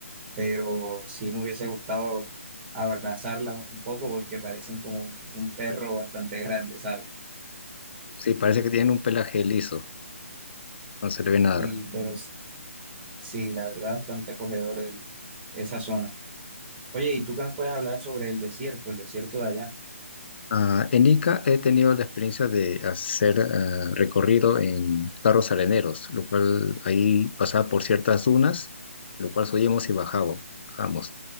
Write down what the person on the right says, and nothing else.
pero sí me hubiese gustado abrazarla un poco porque parecen como un, un perro bastante grande, ¿sabes?
Sí, pero Mm. s- sí, la verdad, bastante acogedor el, esa zona. Oye, ¿y tú qué me puedes hablar sobre el desierto, el desierto de allá?